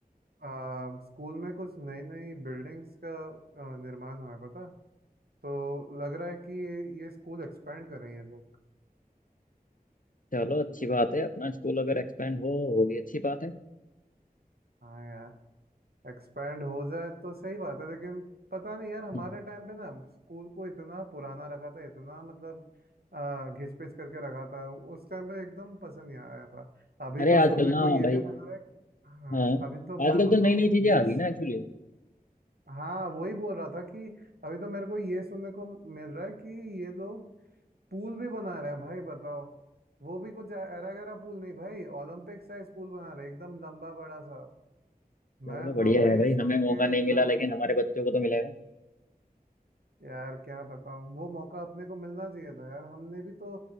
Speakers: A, on the right; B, on the left.
A: आ, स्कूल में कुछ नई नई बिल्डिंग्स का आ, निर्माण हुआ है पता तो लग रहा है कि ये, ये स्कूल एक्सपेंड कर रहे हैं ये लोग
B: चलो अच्छी बात है अपना स्कूल अगर एक्सपेंड हो वो भी अच्छी बात है
A: हाँ यार एक्सपैंड हो जाए तो सही बात है लेकिन पता नहीं यार हमारे
B: हम्म।
A: टाइम पे ना स्कूल को इतना पुराना रखा था इतना मतलब आ, घिच पिच करके रखा था उस टाइम पे एकदम पसंद नहीं आया था अभी
B: अरे
A: तो
B: आजकल
A: सुनने को
B: ना
A: ये
B: भाई
A: भी मिला है हाँ
B: हाँ
A: अभी तो
B: आजकल
A: मैं बोल
B: तो नई
A: रहा हूँ
B: नई चीजें
A: ये
B: आ गई ना एक्चुअली
A: हाँ वही बोल रहा था कि अभी तो मेरे को ये सुनने को मिल रहा है कि ये लोग पूल भी बना रहे हैं भाई बताओ वो भी कुछ ऐरा गैरा पूल नहीं भाई ओलंपिक साइज पूल बना रहे हैं, एकदम लंबा बड़ा सा
B: चलो
A: मैं
B: बढ़िया
A: तो भाई
B: है भाई
A: सुन
B: हमें मौका
A: के
B: नहीं
A: एकदम
B: मिला लेकिन हमारे बच्चों को तो मिलेगा
A: यार क्या बताऊं वो मौका अपने को मिलना चाहिए था यार हमने भी तो